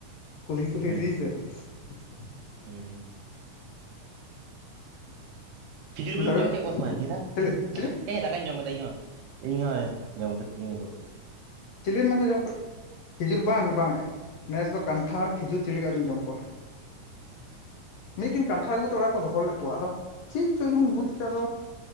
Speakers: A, on the left; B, on the right.
A: ᱠᱩᱞᱦᱤ ᱠᱩᱞᱦᱤ
B: ᱦᱩᱸ
A: ᱤᱫᱤ ᱯᱮ ᱾
B: ᱦᱩᱸ ᱾ ᱠᱷᱤᱡᱩᱨ ᱜᱩᱲᱮᱢ
A: ᱫᱟᱠᱟ
B: ᱡᱚᱢ ᱠᱮᱫ ᱠᱚᱣᱟ ᱥᱮ ᱟᱢ ᱱᱤᱭᱟᱹ ᱫᱷᱟᱣ?
A: ᱪᱤᱞᱤ ᱪᱤᱞᱤ
B: ᱡᱮᱸ ᱫᱟ ᱾ ᱫᱟᱠᱟᱧ ᱡᱚᱢ ᱠᱮᱫᱟ ᱤᱧ ᱦᱚᱸ ᱾ ᱤᱧ ᱦᱚᱸ ᱡᱚᱢ ᱠᱟᱛᱮ ᱜᱤᱧ ᱩᱰᱩᱠ ᱮᱱᱟ ᱾
A: ᱪᱤᱞᱤᱢ ᱢᱮᱱᱫᱟ ᱡᱚᱢ ᱠᱮ ᱠᱚ? ᱠᱷᱤᱡᱩᱨ ᱵᱟᱝ ᱵᱟᱝ ᱾ ᱱᱮᱥ ᱫᱚ ᱠᱟᱱᱴᱷᱟᱲ, ᱠᱷᱤᱡᱩᱨ ᱪᱤᱞᱤ ᱜᱮ ᱟᱹᱣᱨᱤᱧ ᱡᱚᱢ ᱠᱚᱣᱟ ᱾ ᱢᱤᱫ ᱫᱤᱱ ᱠᱟᱱᱴᱷᱟᱲ ᱠᱟᱱᱴᱷᱟᱲ ᱟᱜᱩᱛᱮ ᱚᱲᱟᱜ ᱨᱮ ᱠᱚ ᱫᱚᱦᱚ ᱞᱮᱫ ᱠᱚᱣᱟ, ᱟᱫᱚ ᱪᱮᱫ ᱪᱚᱝ ᱤᱧ ᱦᱚᱧ ᱵᱩᱡᱽ ᱠᱮᱭᱟ ᱟᱫᱚ